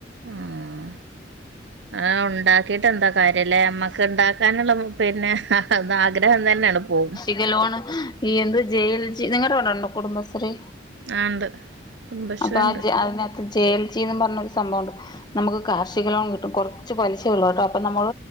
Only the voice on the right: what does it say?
ഉം ആഹ് ഉണ്ടാ ക്കിട്ട് എന്താ കാര്യംലെ നമ്മെക്ക് ഇണ്ടാക്കാന് ഇള്ള പിന്നെ അത് ആഗ്രഹം തന്നെ ആണ്ട് പോകും
ആ ണ്ട് കുടുംബശ്രീ
ഉണ്ട്